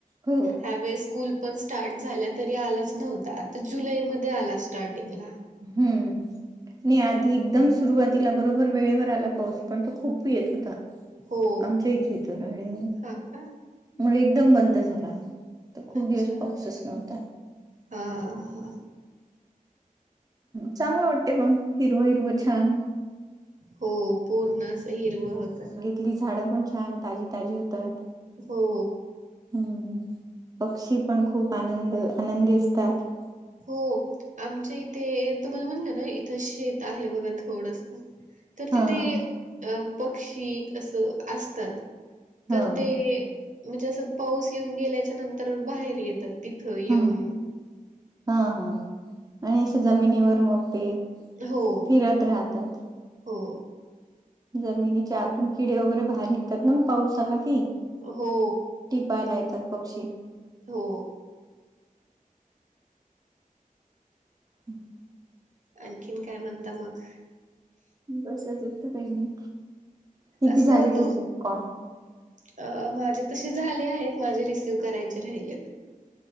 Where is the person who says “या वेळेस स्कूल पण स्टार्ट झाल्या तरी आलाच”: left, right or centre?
Right